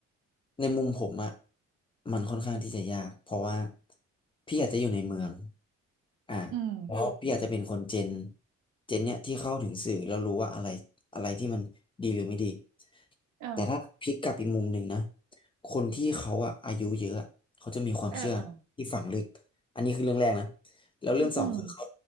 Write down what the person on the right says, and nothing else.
อืม
เออ
เออเออ
อืมอืม